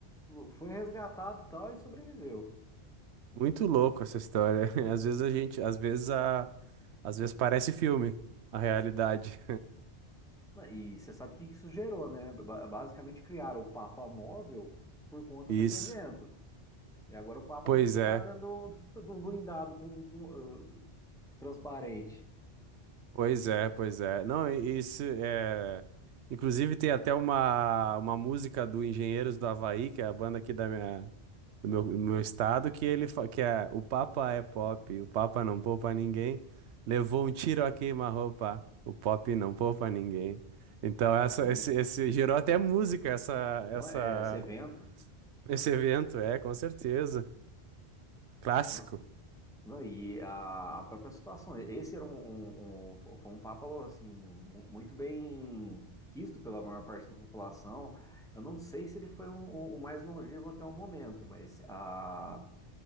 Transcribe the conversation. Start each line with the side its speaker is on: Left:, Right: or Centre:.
Centre: foi resgatado e tal, e sobreviveu.
Right: Muito louco essa história. <laughs> Às vezes a gente, às vezes a, às vezes parece filme, a realidade.
Centre: E você sabe o que isso gerou, né? Ba- Basicamente criaram o Papa móvel por conta
Right: <laughs> Isso.
Centre: desse evento. E agora o Papa
Right: Pois
Centre: tem que ficar
Right: é.
Centre: dentro do, <laughs> do blindado com, com, ah, transparente.
Right: Pois é, pois é. Não, e- isso é. Inclusive, tem até uma, uma música do Engenheiros do Havaí, que é a banda aqui da minha, do meu, do meu estado, que ele fa- que é O Papa é pop, o Papa não poupa ninguém. Levou um tiro a queima-roupa, o pop não poupa ninguém. Então, essa, esse,
Centre: Ixi.
Right: esse gerou até música, essa,
Centre: Não
Right: essa,
Centre: é- Esse evento,
Right: esse evento, é, com certeza. Clássico.
Centre: nossa, Não, e a, a própria situação, esse era um, um- um- foi um papo assim mu- muito bem quisto pela maior parte da população. Eu não sei se ele foi o o- o mais longevo até o momento, mas ah,